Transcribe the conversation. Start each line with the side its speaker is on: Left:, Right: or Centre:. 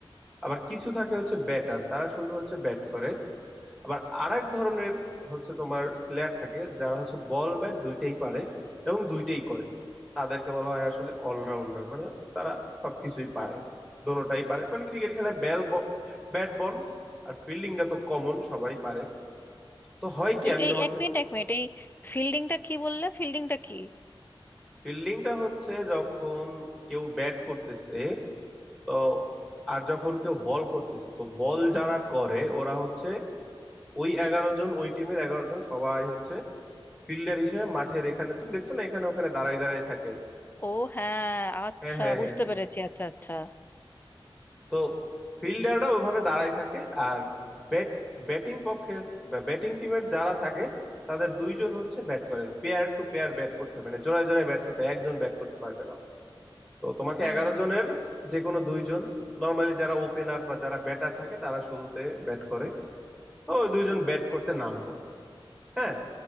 Centre: আবার কিছু থাকে হচ্ছে ব্যাটার তারা শুধু হচ্ছে ব্যাট করে আবার আরেক ধরনের হচ্ছে তোমার প্লেয়ার থাকে যারা হচ্ছে বল ব্যাট দুইটাই পারে এবং দুইটাই করে তাদেরকে বলা হয় আসলে অলরাউন্ডার মানে তারা সবকিছুই পারে দোনোটাই পারে মানে ক্রিকেট খেলায় ব্যাল ব্যাট বল আর ফিল্ডিংটা তো কমন সবাই পারে তো হয় কি
Left: এই
Centre: আমি
Left: এই
Centre: তোমাকে
Left: এক মিনিট এক মিনিট এই ফিল্ডিংটা কি বললে ফিল্ডিংটা কি
Centre: ফিল্ডিংটা হচ্ছে যখন কেউ ব্যাট করতেছে তো আর যখন কেউ বল করতেছে তো বল যারা করে ওরা হচ্ছে ওই এগারো জন ওই টিমের এগারো জন সবাই হচ্ছে ফিল্ডার হিসেবে মাঠের এখানে তুমি দেখছো না এখানে ওখানে দাঁড়ায় দাঁড়ায় থাকে
Left: ও হ্যাঁ আচ্ছা
Centre: হ্যাঁ হ্যাঁ হ্যাঁ
Left: বুঝতে পেরেছি আচ্ছা আচ্ছা
Centre: তো ফিল্ডাররা ওইভাবে দাঁড়ায় থাকে আর ব্যাট ব্যাটিং পক্ষের ব্যাটিং টিমের যারা থাকে তাদের দুইজন হচ্ছে ব্যাট করে পেয়ার টু পেয়ার ব্যাট করতে হবে মানে জোড়ায় জোড়ায় ব্যাট করতে হয়, একজন ব্যাট করতে পারবে না তো তোমাকে
Left: হুম
Centre: এগারো
Left: হুম
Centre: জনের যে কোনো দুইজন নর্মালি যারা ওপেনার বা যারা ব্যাটার থাকে তারা শুরুতে ব্যাট করে তো ওই দুইজন ব্যাট করতে নামলো হ্যাঁ